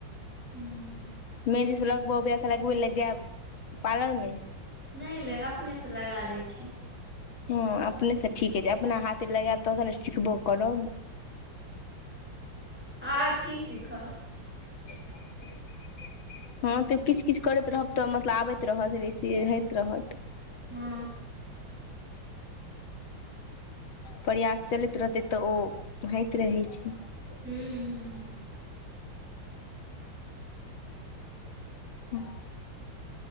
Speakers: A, in the centre; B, on the left.
A: हू।
B: मेहदी सब लगबऽ बैये त लगबैले जैब पारलर मे।
A: नै- नै अपने से लगा लै छी।
B: हँ अपने से ठीके छैय अपना हाथे लगैब तखन ने सिखबो करब।
A: आब की सिखब।
B: ह <unintelligible> हँ त किछ-किछ करैत रहब त मतलब आबैत रहत रूचिये होइत रहत।
A: हु।
B: प्रयास चलैत रहतै त ओ होइत रहै छैय।
A: हू- हू।
B: हऽ